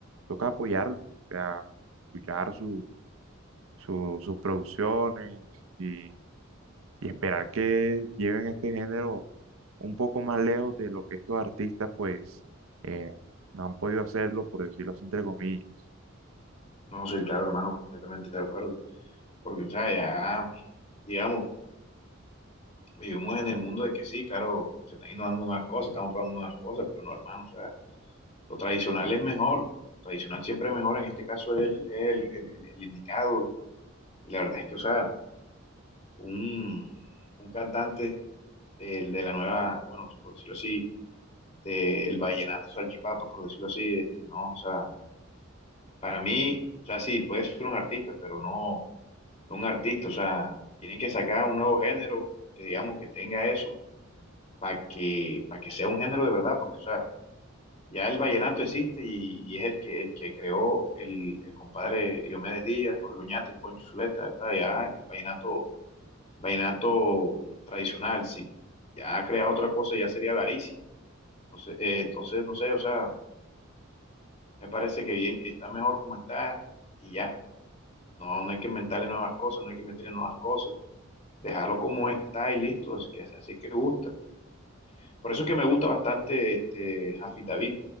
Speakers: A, on the right (about 80°); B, on the left (about 35°).
A: toca apoyarlo, o sea, escuchar su su- sus producciones y, y esperar que lleven este género un poco más lejos de lo que estos artistas pues eh, no han podido hacerlo, por decirlo así entre comillas.
B: No soy claro, hermano, completamente de acuerdo. Porque, o sea, ya, digamos, vivimos en el mundo de que sí, claro, se están innovando nuevas cosas, estamos probando nuevas cosas, pero no, hermano, o sea, lo tradicional es mejor. Lo tradicional siempre es mejor, en este caso es el, el, el- el indicado Y la verdad es que, o sea, un, un cantante del- de la nueva, bueno, por decirlo así, del vallenato salchipapa, por decirlo así, este, no, o sea, para mí, o sea, sí, puede ser un artista, pero no, no un artista, o sea, tienen que sacar un nuevo género que digamos que tenga eso, para que, para que sea un género de verdad, porque, o sea, ya el vallenato existe y, y es el que, el que creó el, el compadre Diomedes Díaz, Jorge Oñate y Poncho Zuleta, o sea, ya el vallenato vallenato tradicional. Si ya crea otra cosa, ya sería avaricia. Entonces, eh, entonces, no sé, o sea, me parece que bien, está mejor como está y ya. No, no hay que inventarle nuevas cosas, no hay que meterle nuevas cosas. Dejarlo como está y listo, así que, así es que gusta. Por eso es que me gusta bastante este Jafid David,